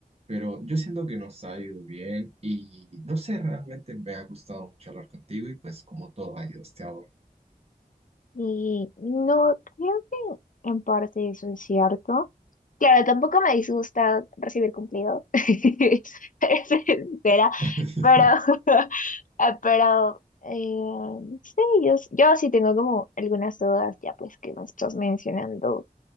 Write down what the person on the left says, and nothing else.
Y no, creo que en parte eso es cierto. Claro, tampoco me disgusta recibir cumplidos, <laughs> Es sincera,
pero, <laughs> ah, pero eh, sí, yo, s- yo sí tengo como algunas dudas ya pues que me estás mencionando,